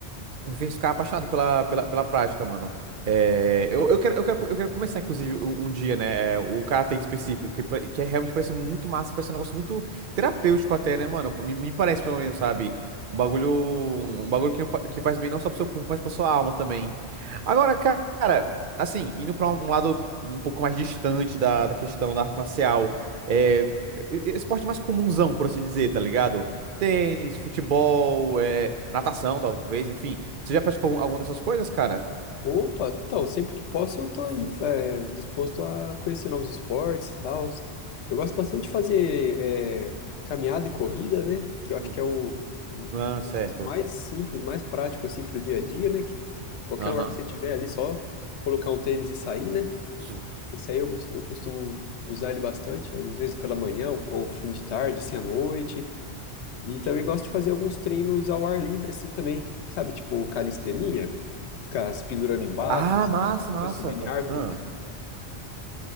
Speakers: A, on the right; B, on the left.
A: me fez ficar apaixonado pela, pela, pela prática, mano. É, eu, eu quero, eu quero, eu quero começar, inclusive, um, um dia, né? é, o karatê em específico, que, pa- que é realmente parece muito massa, parece um negócio muito terapêutico até, né, mano? Me, me parece, pelo menos, sabe? Um bagulho, um um bagulho que, fa- que faz bem não só pro seu corpo, mas pra sua alma também. Agora, cara, assim, indo pra um lado um pouco mais distante da, da questão da arte marcial, é, e- e- esporte mais comunzão, por assim dizer, tá ligado? Tênis, futebol, é, natação, talvez, enfim. Você já praticou alguma dessas coisas, cara?
B: Opa, então, sempre que posso eu tô aí,
A: Hum,
B: é, disposto a conhecer novos esportes e tal. Eu gosto bastante de fazer é, caminhada e corrida, né? Que eu acho
A: hum,
B: que é o, o
A: Ah, certo.
B: exercício mais simples, mais prático, assim, pro dia a dia, né? Que qualquer
A: Aham.
B: lugar que você tiver ali, só colocar um tênis e sair, né?
A: hum,
B: Esse aí eu, gost- eu costumo usar ele bastante, às vezes pela manhã ou, ou fim de tarde, assim, à noite. E também
A: hum.
B: gosto de fazer alguns treinos ao ar livre, assim, também. Sabe, tipo calistenia, ficar se pendurando em barras,
A: Ah, massa,
B: depois
A: massa.
B: subindo em árvore.
A: Ah.